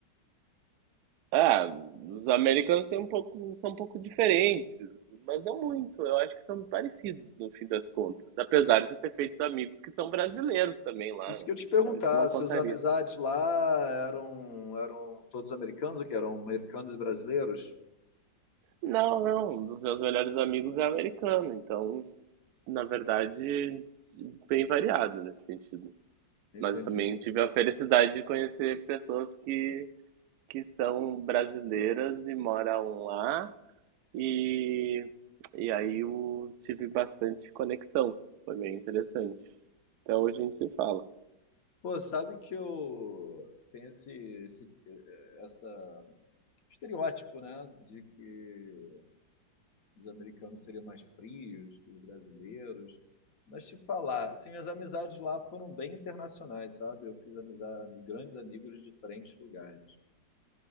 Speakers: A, on the right; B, on the left.
A: Ah, os americanos têm um pouco, são um pouco diferentes, mas não muito. Eu acho que são parecidos no fim das contas, apesar de eu ter feito amigos que são brasileiros também lá,
B: Isso
A: né?
B: que eu te perguntar,
A: Então isso não contaria.
B: suas amizades lá eram, eram todos americanos ou que eram americanos e brasileiros?
A: Não, não, um dos meus melhores amigos é americano, então, na verdade, bem variado nesse sentido.
B: Entendi.
A: Mas eu também tive a felicidade de conhecer pessoas que, que são brasileiras e moram lá, e, e aí eu tive bastante conexão, foi bem interessante. Até hoje a gente se fala.
B: Pô, sabe que eu tenho esse, esse eh, essa estereótipo, né, de que os americanos seriam mais frios que os brasileiros. Mas te falar, assim, minhas amizades lá foram bem internacionais, sabe? Eu fiz amizade, grandes amigos de diferentes lugares.